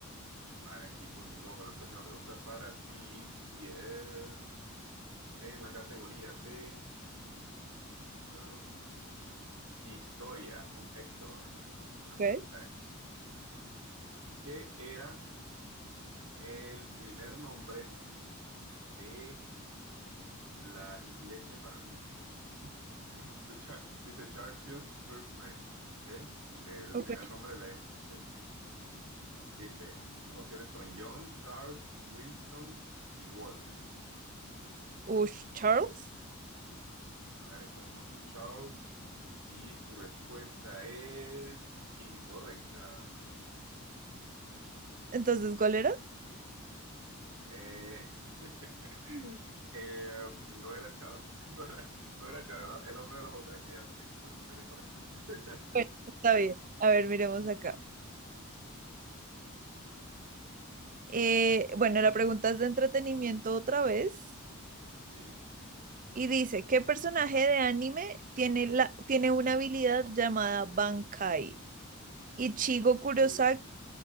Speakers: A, on the right (about 75°); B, on the right (about 40°).
A: Vale, aquí continúo con la próxima pregunta para ti y es en la categoría de ah, historia con Héctor. A ver, la
B: Ok,
A: pregunta es, ¿qué era el primer nombre de la iglesia para niños? <laughs> The Cha- dice Churchill's First Name, ¿ok? Como que el
B: ok.
A: primer nombre de la... ¿sí? Dice, las opciones son John, Charles, Winston y Walter.
B: Ush, Charles.
A: A ver, ponemos aquí Charles. Y tu respuesta es incorrecta.
B: Entonces, ¿cuál era?
A: Eh, <laughs> eh, no era Charles, <laughs> no era, no era Charles, era, era una de las otras, es que ya se me quitó y no me deja ver. <laughs>
B: Bueno, está bien. A ver, miremos acá. Eh, bueno, la pregunta es de entretenimiento otra vez
A: Sí,
B: y dice, ¿qué personaje de anime tiene, la, tiene una habilidad llamada Bankai? Ichigo Kurosaki,
A: uy,